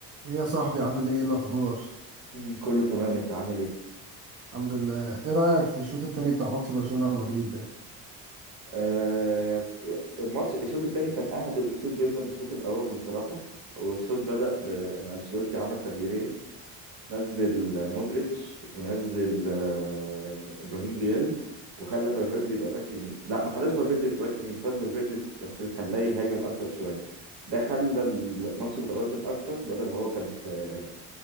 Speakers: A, on the right (about 35°); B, on the right (about 55°).
A: ايه يا صاحبي عامل ايه إيه الاخبار
B: مم، كله تمام انت عامل ايه
A: الحمد لله ايه رايك في الشوط التاني بتاع ماتش برشلونه ومدريد ده
B: آه الماتش الشوط الثاني كان اهدى بكتير جدا من الشوط الاول بصراحه والشوط بدأ بان انشيلوتي عمل تغييرين نزل آه، مودريتش ونزل آه ابراهيم دياز وخلى فالفيردي يبقى باك يمين لا ما خلاش فالفيردي يبقى باك يمين ساب فالفيردي بس خلاه يهاجم اكتر شويه ده خلى الماتش متوازن اكتر بدل ما هو كان في